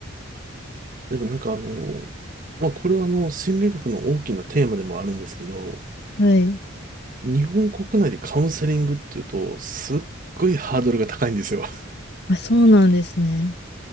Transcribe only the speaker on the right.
でもなんかあの、まあ、これはあの、心理学の大きなテーマでもあるんですけど、
日本国内でカウンセリングっていうと、すっごいハードルが高いんですよ。